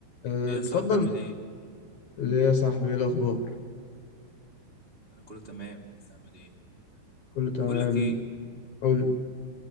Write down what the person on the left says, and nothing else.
أه،
اتفضل
ليه يا صاحبي ايه الاخبار
كله تمام
قول